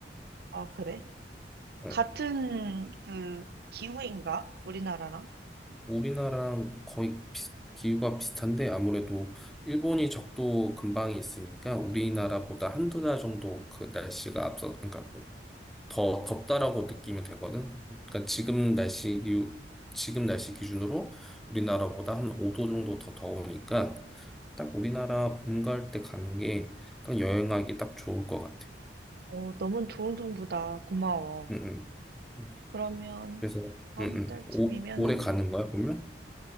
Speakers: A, on the right; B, in the centre.
A: 아, 그래? 같은
B: 응.
A: 그 기후인가? 우리나라랑?
B: 우리나라랑 거의 비슷- 기후가 비슷한데 아무래도 일본이 적도 근방에 있으니까 우리나라보다 한두 달 정도 그 날씨가 앞서, 그러니까 더 덥다라고 느끼면 되거든. 그러니까 지금 날씨, 기후- 지금 날씨 기준으로 우리나라보다 한 5도 정도 더 더우니까 딱 우리나라 봄 갈 때 가는 게 딱 여행하기 딱 좋을 것 같아.
A: 어, 너무 좋은 정보다. 고마워.
B: 응, 응.
A: 그러면
B: 그래서,
A: 다음
B: 응, 응.
A: 달쯤이면은
B: 오, 올해 가는 거야, 그러면?